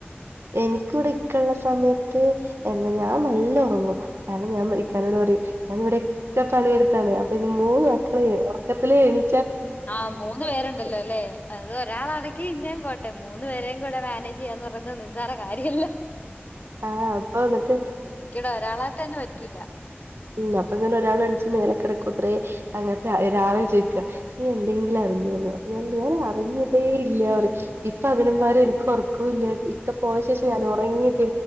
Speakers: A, on the right (about 70°); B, on the left (about 40°).
A: എനിക്കിവിടെ ഇക്കുള്ള സമയത്ത് എാ ഞാൻ നല്ല ഉറങ്ങും കാരണം ഞാൻ ഇക്കാനോട് പറയും. ഞൻ ഇവിടെൊക്കെ പണിയെടുത്താണ് അപ്പൊ ഇന്ന് മൂന്ന്
B: ഉം
A: മക്കളക്കളെ മൊ
B: ആഹ് മൂന്ന് പേരുണ്ടല്ലോ അല്ലേ അത് ഒരാൾ ആണെങ്കി പിന്നേ മറ്റെ മൂന്നു പേരും കൂടെ മാനേജ് ചെയ്യാന്ന് പറഞ്ഞ നിസാര കാര്യല്ല.
A: ആഹ് അപ്പൊ എന്നിട്ട്
B: എനിക്കിടെ ഒരാളായിട്ടെന്നെ പറ്റൂല.
A: ഉ അപ്പൊ ഇങ്ങനെ ഒരാൾ എണച്ച് മേല കിടക്കൂ ഇത്രേ അ രാവിലെ ചോദിക്കുക നീ എന്തെങ്കിലും അറി അപ്പൊ ഞാൻ പറൻ അറിഞ്ഞതേ ഇല്ലപറയും ഇപ്പൊ അതിനന്മാരെ എനി <unintelligible> ഇക്കെ പോയ ശേഷം ഞാൻ ഉറങ്ങി